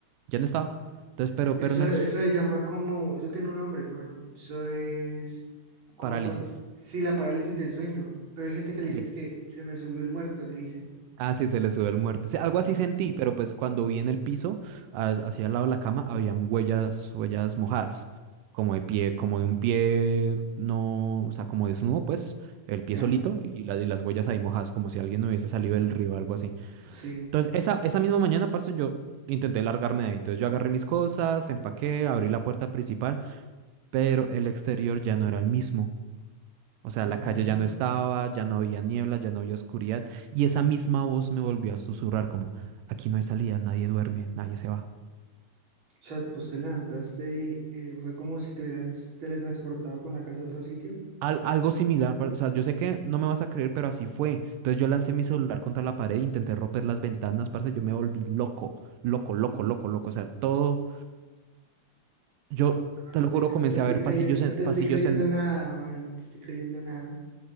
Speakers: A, on the right; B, on the right.
A: ya no estaba. Entonces, pero,
B: E- Eso,
A: pero en el
B: eso
A: s-
B: se llama como, eso tiene un nombre, mano. Eso es como
A: parálisis.
B: cuando, sí, la parálisis del sueño. Pero hay gente que le
A: eh,
B: dice es que se me subió el muerto, le dicen.
A: Ah, sí, se le subió el muerto. Sí, algo
B: Ajá.
A: así sentí, pero pues cuando vi en el piso, ha- hacia el lado de la cama, habían huellas, huellas mojadas, como de pie, como de un pie, no, o sea, como desnudo, pues, el pie
B: Ya,
A: solito y, la- y las huellas ahí mojadas, como si alguien hubiese salido del río o algo así.
B: sí,
A: Entonces, esa, esa misma mañana, parce, yo intenté largarme de ahí. Entonces, yo agarré mis cosas, empaqué, abrí la puerta principal, pero el exterior ya no era el mismo. O sea,
B: ¿Cómo
A: la calle
B: así.
A: ya no estaba, ya no había niebla, ya no había oscuridad, y esa misma voz me volvió a susurrar como, aquí no hay salida, nadie duerme, nadie se va.
B: O sea, pues te levantaste y eh, fue como si te hubieras teletransportado con la casa a otro sitio.
A: Al- algo similar, par- o sea, yo sé que no me vas a creer, pero así fue. Entonces yo lancé mi celular contra la pared, intenté romper las ventanas, parce, yo me volví loco, loco, loco,
B: Mm.
A: loco, loco. O sea, todo, yo
B: No, no,
A: te
B: no
A: lo
B: te,
A: juro, comencé
B: no te estoy
A: a ver
B: creyendo,
A: pasillos
B: no
A: en,
B: te estoy
A: pasillos
B: creyendo
A: en,
B: nada, mano, no te estoy creyendo nada.